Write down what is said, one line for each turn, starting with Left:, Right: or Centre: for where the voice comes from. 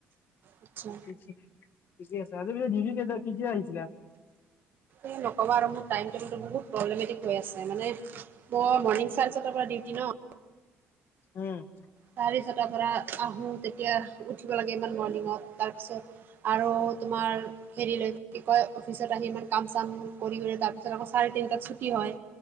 Right: আচ্ছা
Left: ঠিকেই আছে, আজি পিছে ডিউটি কেইটা-কেতিয়া হৈছ
Right: এই নক'বা আৰু, মোৰ টাইম টেবুলটো বহুত প্ৰব্লেমেটিক হৈ আছে, মানে মোৰ মৰ্ণিং চাৰে ছটাৰ পৰা ডিউটি ন
Left: উম
Right: চাৰে ছটাৰ পৰা আহোঁ, তেতিয়া উঠিব লাগে ইমান মৰ্ণিঙত, তাৰপিছত আৰু তোমাৰ হেৰিলৈকে, কি কয়, অফিচত আহি ইমান কাম চাম কৰি-কৰি তাৰ পিছত আকৌ চাৰ তিনিটাত ছুটি হয়